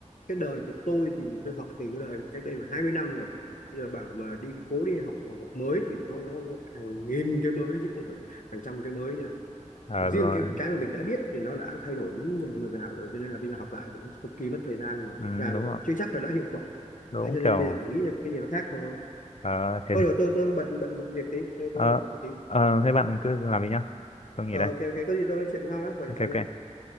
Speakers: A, on the left; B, on the left.
A: cái đời của tôi thì tôi học thì cái đời cách đây là 20 năm rồi bây giờ bảo mà đi cố đi học học mới thì nó nó hàng nghìn cái mới chứ không phải hàng trăm cái mới nữa
B: Ờ,
A: riêng
B: rồi
A: cái cái mà mình đã biết thì nó đã thay đổi đến nhường nào rồi cho nên là bây giờ học lại thì nó cực kỳ mất thời gian mà
B: ừ,
A: thực ra
B: đúng
A: nó
B: rồi
A: chưa chắc là đã hiệu quả
B: đúng
A: đấy cho nên
B: kiểu
A: bây giờ phải nghĩ ra cái gì nó khác thôi
B: ờ, thế
A: thôi rồi tôi tôi bận bận bận việc tí tôi
B: ờ,
A: có điện thoại tí
B: ờ, thế bạn cứ làm đi nhá tôi nghỉ
A: Ờ,
B: đây
A: ok ok có gì tôi nói chuyện sau nhá gọi
B: ok
A: điện sau
B: ok
A: nhá